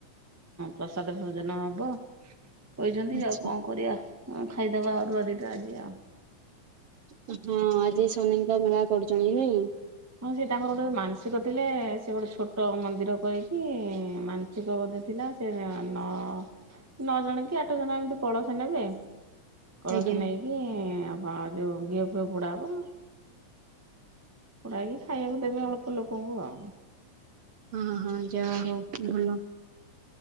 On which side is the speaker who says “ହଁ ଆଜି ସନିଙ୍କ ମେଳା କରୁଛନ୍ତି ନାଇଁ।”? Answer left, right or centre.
Right